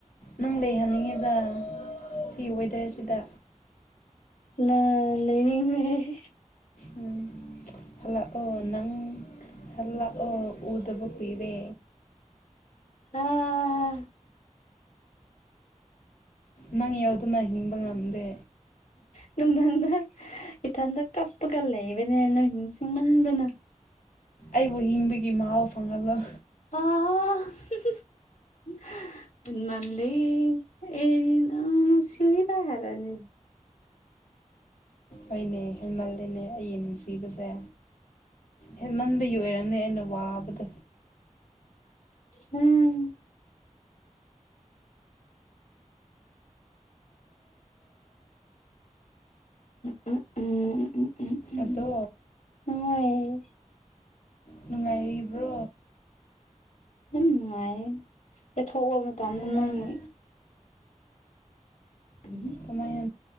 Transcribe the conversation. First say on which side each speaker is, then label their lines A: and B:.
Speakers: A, on the left; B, on the left.
A: ꯅꯪ ꯂꯩꯍꯟꯅꯤꯡꯉꯤꯗ ꯁꯤ ꯋꯦꯗꯔꯁꯤꯗ꯫
B: ꯅꯂꯩꯅꯤꯡꯉ‌ꯦ꯫
A: ꯎꯝ ꯍꯜꯂꯛꯑꯣ ꯅꯪ ꯍꯜꯂꯛꯑꯣ ꯎꯗꯕ ꯀꯨꯏꯔꯦ꯫
B: ꯑꯥ꯫
A: ꯅꯪ ꯌꯥꯎꯗꯅ ꯍꯤꯡꯕ ꯉꯝꯗꯦ꯫
B: ꯅꯨꯡꯗꯥꯡꯗ ꯏꯊꯟꯇ ꯀꯞꯄꯒ ꯂꯩꯕꯅꯦ ꯅꫭꯏ ꯅꯤꯡꯁꯤꯡꯃꯟꯗꯅ꯫
A: ꯑꯩꯕꯨ ꯍꯤꯡꯕꯒꯤ ꯃꯍꯥꯎ ꯐꯪꯍꯜꯂꯣ꯫
B: ꯑꯥ꯫ ꯍ‌ꯦꯟꯃꯜꯂꯤ ꯑꯩꯗꯤ ꯅꯪ ꯅꯨꯡꯁꯤꯕ ꯍꯥꯔꯅꯤ꯫
A: ꯍꫭꯏꯅ‌ꯦ ꯍ‌ꯦꯟꯃꯦꯠꯂ‌ꯦꯅꯦ ꯑꯩꯒꯤ ꯅꯨꯡꯁꯤꯕꯁꯦ꯫ ꯍꯦꯟꯃꯟꯕꯒꯤ ꯑꯣꯏꯔꯝꯅꯤ ꯑꯩꯅ ꯋꯥꯕꯗꫭ꯫
B: ꯎꯝ꯫ ꯎꯝ ꯎꯝ ꯎꯝ
A: ꯑꯗꯣ
B: ꯎꯝ ꯍꯣꯏ꯫
A: ꯅꯨꯡꯉꯥꯏꯔꯤꯕ꯭ꯔꯣ꯫
B: ꯅꯨꯡꯉꯥꯏꯌ‌ꯦ ꯀꯩꯊꯣꯛꯑꫭ ꯃꯇꯝꯗ
A: ꯀꯃꯥꯏꯅ
B: ꯅꯪ꯫ ꯫
A: ꯀꯃꯥꯏꯅ